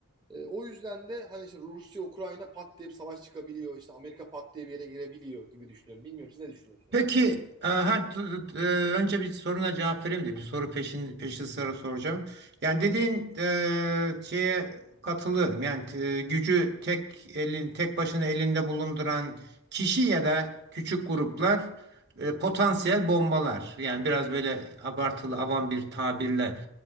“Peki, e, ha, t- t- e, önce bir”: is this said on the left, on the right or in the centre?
Right